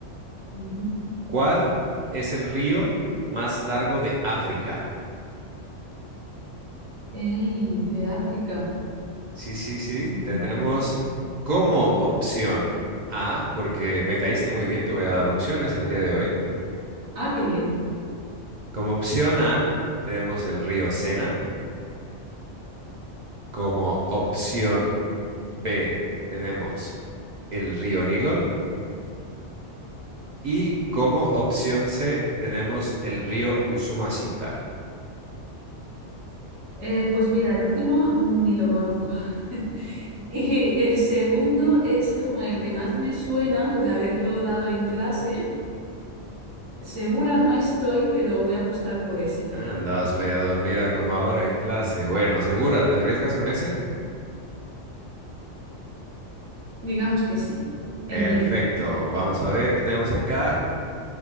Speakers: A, on the right (about 80°); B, on the right (about 55°).
A: Ujú.
B: ¿Cuál es el río más largo de África?
A: Ey, de África.
B: Sí, sí, sí,
A: Ujú.
B: tenemos como opción A, porque me caíste muy bien, te voy a dar opciones el día de hoy.
A: Ah, qué bien.
B: Como opción A, tenemos el río Sena. Como opción B, tenemos el río Nilo y como opción C tenemos el río Usumacinta.
A: Eh, pues mira, el último ni lo conozco. <laughs> Y el segundo es como el que más me suena de haberlo dado en clase. Segura no estoy, pero voy a apostar por ese.
B: Ah, Andabas media dormida como ahora en clase. Bueno, segura, ¿te arriesgas con ese?
A: Digamos que sí,
B: Perfecto,
A: el Nilo.
B: vamos a ver qué tenemos acá.